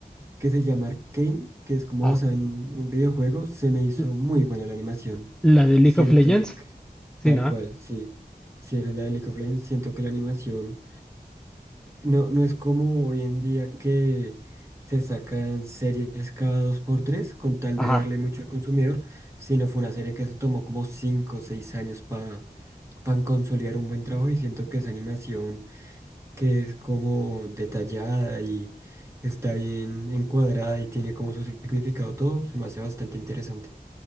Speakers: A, on the right (about 15°); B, in the centre.
A: que se llama Arcane, que es como
B: Ah,
A: basada en un videojuego. Se me hizo
B: l-
A: muy buena la animación.
B: la de League
A: Siento
B: of Legends.
A: que,
B: Sí,
A: tal
B: ¿no?
A: cual, sí. Si es la de League of Legends, siento que la animación No, no es como hoy en día que se sacan series cada dos por tres con tal
B: Ajá.
A: de darle mucho al consumidor, sino fue una serie que se tomó como cinco o seis años para consolidar un buen trabajo y siento que esa animación que es como detallada y está bien encuadrada y tiene como su significado todo, se me hace bastante interesante.